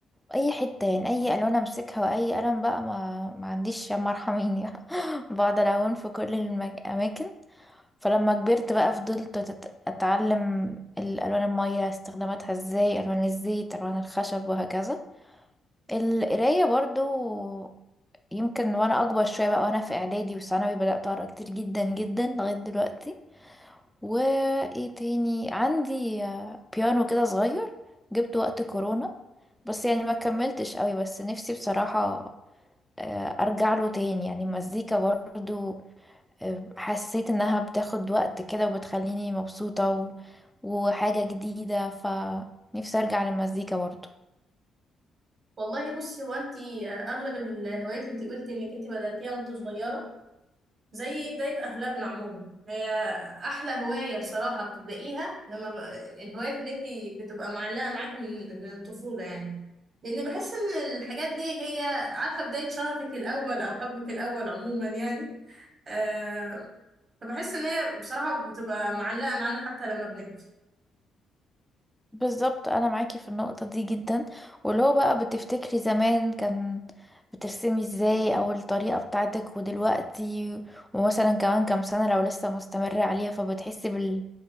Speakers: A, in the centre; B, on the right.
A: اي حته يعني اي الوان امسكها واي قلم بقى ما ما عنديش يا ارحميني <laughs> بقعد الون في كل الاماكن فلما كبرت بقى فضلت أت- اتعلم الالوان الميه استخداماتها ازاي الوان الزيت الوان الخشب وهكذا القرايه برضو يمكن وانا اكبر شويه بقى وانا في اعدادي وثانوي بدات اقرا كتير جدا جدا لغايه دلوقتي وايه تاني عندي آه، بيانو كده صغير جبته وقت كورونا بس يعني ما كملتش قوي بس نفسي بصراحة آه، ارجع له تاني يعني المزيكا برضو آه، حسيت انها بتاخد وقت كده وبتخليني مبسوطة و... وحاجة جديدة فنفسي ارجع للمزيكا برضو
B: والله بصي هو انت آه، اغلب الهوايات انت قلتي انك انت بداتيها وانت صغيره زي بداية أغلبنا عموما هي أحلى هواية بصراحة بتبدأيها لما ب... الهوايات اللي انت بتبقى معلقة معاك من... من الطفولة يعني لأن بحس إن الحاجات دي هي عارفة بداية شغفك الأول أو حبك الأول عموما يعني آه... فبحس إن هي بصراحة بتبقى معلقة معانا حتى لما بنكبر
A: بالظبط انا معاكي في النقطة دي جدا ولو بقى بتفتكري زمان كان بترسمي ازاي او الطريقة بتاعتك ودلوقتي ومثلا كمان كام سنة لو لسه مستمرة عليها فبتحسي بال...